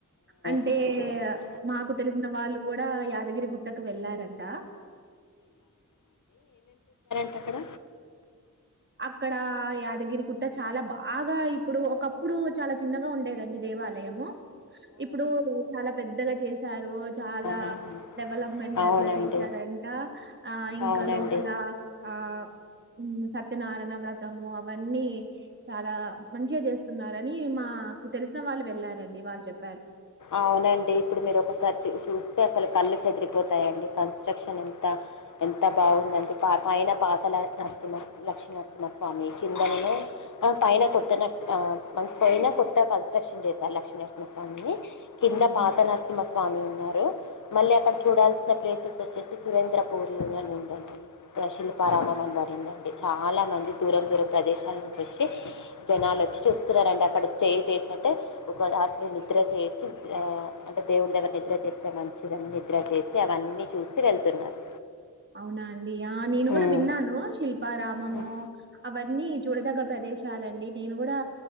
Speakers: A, on the right (about 35°); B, on the left (about 70°).
A: అంటే
B: సిక్స్టీ కిలోమీటర్స్
A: మాకు తెలిసిన వాళ్ళు కూడా యాదగిరి గుట్టకు వెళ్ళారంట
B: ఎక్కడ
A: అక్కడ యాద దగిరి గుట్ట చాలా బాగా ఇప్పుడు ఒక ప్ ఇప్పుడు చాలా చిన్నగా ఉండేదండి దేవాలయము ఇప్పుడు చాలా పెద్దగా సారు చాలా
B: నేను
A: డెవలప్మెంట్
B: అవునండి
A: అట్లా చేశారంట ఆ ఇంకా
B: అవునండి
A: లోపల ఆ ఉమ్ స నారాణ వ్రత ము అవన్నీ చాలా మంచిగా చేస్త స్తున్నారని మాకు తెలిసిన వాళ్ళు వెళ్ళారండి వాళ్ళు చెప్
B: అవునండి ఇప్పుడు మీరు ఒకసారి చూ చూస్తే అసలు కళ్ళు చెదిరిపోతాయంండి కన్స్ట్రక్షన్ ఎంత ఎంత బాగుందంటే పా పైన పాత నరసింహ లక్ష్మీనరసింహస్వామి కిందనను పైన కొత్త నర్సి పైన కొత్త కన్స్ట్రక్షన్ చేశారు లక్ష్మీనరసింహస్వామి అనీ కింద
A: హుహు.
B: పాత నరసింహ స్వామి ఉన్నారు మళ్ళీ అక్కడ చూడాల్సిన ప్లేసెస్ వచ్చేసి సురేంద్రపూరిని ఉందండి శిల్పారామం అన వాడి ఉందండి చాలా మంది దూరం దూరం ప్రదేశాల నుంచి వచ్చి జనాలు వచ్చి చూస్తున్నంటడి అక్కడ స్టే చేసింటే ఒక రాత్రిని నిద్ర చేసి అంటే దేవుడి దగ్గర నిద్ర చేస్తే మంచిదన్ని నిద్ర చేసి అవన్నీ చూసి వెళ్తున్నారు
A: అవునా అండి ఆ నేను కూడా
B: ఉమ్.
A: విన్నాను శిల్పారామము
B: ఉమ్.
A: అవన్నీ చూడదగ్గ ప్రదేశాలండి నేను కూడా